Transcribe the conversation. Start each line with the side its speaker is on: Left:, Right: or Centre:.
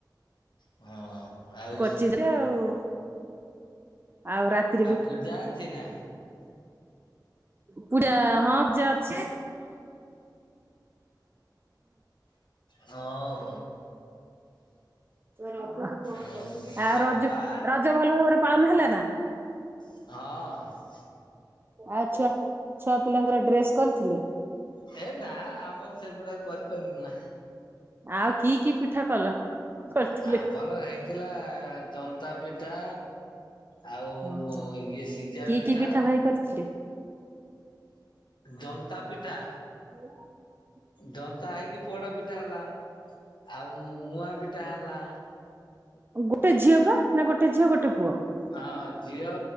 Left: ହଁ। ଆଉ
Right: କଚିତ ଆଉ। ଆଉ ରାତିରେ ବି
Left: ପୂଜା ଅଛି ନା?
Right: ପୂଜା ହଁ ପୂଜା ଅଛି
Left: ହଁ ଆଉ
Right: ଆଉ
Left: ହଉ ବା
Right: ରଜ
Left: ବା
Right: ର ରଜ ଭଲ ଭାବରେ ପାଳନ ହେଲା ନା?
Left: ହଁ।
Right: ଆଉ ଛୁଆ ଛୁଆ ପିଲାଙ୍କର ଡ୍ରେସ୍ କରିଥିଲେ?
Left: ହେ ନା ଆମର ସେଗୁଡ଼ାକ କରିପାରୁନା।
Right: ଆଉ କି କି ପିଠା କଲ କରିଥିଲେ?
Left: ଆମର ହେଇଥିଲା ଜନ୍ତା ପି ପିଠା ଆଉ
Right: ହଁ
Left: ଇଏ ସିଜା
Right: କି
Left: ପିଠା।
Right: କି ଭାଇ କରିଥିଲେ?
Left: ଜନ୍ତା ପିଠା।
Right: <unintelligible>
Left: ଦନ୍ତା ହେଇକି ପୋଡା ପିଠା ହେଲା। ଆଉ ମୁଆଁ ପିଠା ହେଲା।
Right: ଗୋଟେ ଝିଅ ପା, ନା ଗୋଟେ ଝିଅ ଗୋଟେ ପୁଅ।
Left: ହଁ ଝିଅ